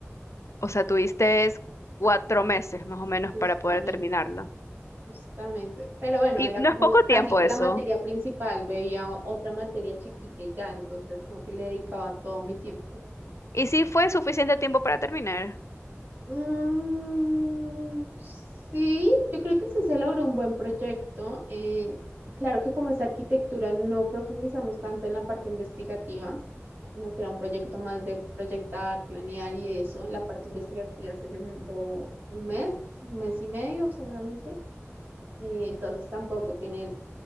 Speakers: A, on the left (about 75°); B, on the right (about 45°).
A: O sea, tuviste es cuatro meses más o menos
B: Justamente,
A: para poder terminarlo.
B: justamente. Pero bueno,
A: Y
B: era
A: no
B: como
A: es poco
B: casi
A: tiempo
B: que
A: eso.
B: la materia principal, veía o- otra materia chiquita y ya, entonces como que le dedicaba todo mi tiempo.
A: Y sí fue suficiente tiempo para terminar.
B: Mm, sí, yo creo que sí se logró un buen proyecto. Eh, claro que como es arquitectura no profundizamos tanto en la parte investigativa, sino que era un proyecto más de proyectar, planear y eso. La parte investigativa se llevó un mes, un mes y medio seguramente. Eh, entonces tampoco tiene